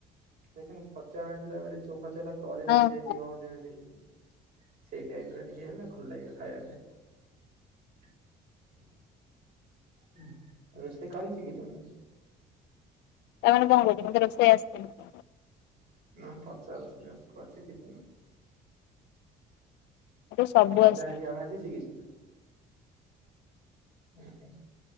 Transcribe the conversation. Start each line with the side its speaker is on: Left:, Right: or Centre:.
Right: ଦେଖିନୁ ଭଜା ଭାଜିଲା ବେଳେ ଯୋଉ ଭଜାଟା ତଳେ ଲାଗି
Left: ହଁ
Right: ଯାଇଥିବ
Left: ହଁ
Right: ଯେମିତି-ଇ ସେଇ ଟାଇପ୍ ର ଟିକେ ହେଲେ ଭଲ ଲାଗିବ ଖାଇବା ପାଇଁ। <unintelligible> ରୋଷେଇ କରିଶିଖିଛ ନା?
Left: ତା ମାନେ କଣ କହୁଚ ମତେ ରୋଷେଇ ଆସିନି।
Right: ନା ପଚାରୁଥିଲିପା କରି ସିକିଚ ନା।?
Left: ମତେ ସବୁ
Right: ଭଜା
Left: ଆସେ।
Right: ହେରିକା ଭାଜି ଶିଖିଚ ନା? ଉଁ ହୁଁ।